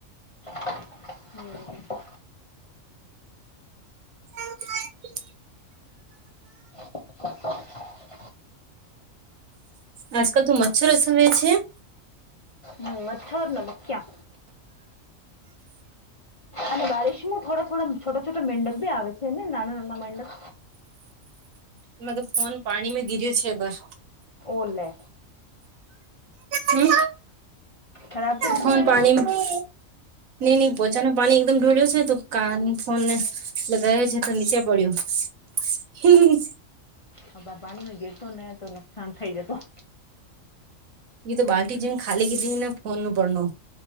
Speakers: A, on the left; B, on the right.
A: હમ
B: <inaudible>
A: <inaudible>
B: આજકાલ તો મચ્છર અસવે છે
A: મચ્છર ને મખીઆ અને બારીશ માં થોડા-થોડા, છોટા-છોટા મેંડક બી આવે છે, ને નાના-નાના મેડક.
B: મારો ફોન પાણી મેમાં ગીર્યો છે, બા.
A: ઓ લે.
B: હમ,
A: ખરાબ તો નથી
B: કોન
A: આવ્યો
B: પાણી. નહી, નહીં, પોચા ના પાણી એકદમ ઢોળ્યો છે, તો કાન ફોનને લગાવે છે, તો નીચે પડ્યું. હી, હી.
A: આ બાર પાણી માં ગેરતો ને, તો નુકસાન થઈ જતો.
B: તો બાલ્ટી જે ખાલી કીધી ને, ફોન પડે ને.